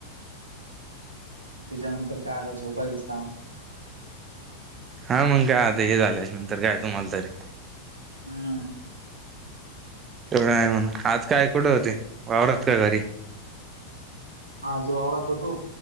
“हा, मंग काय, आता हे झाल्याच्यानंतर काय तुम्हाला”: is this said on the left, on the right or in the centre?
Right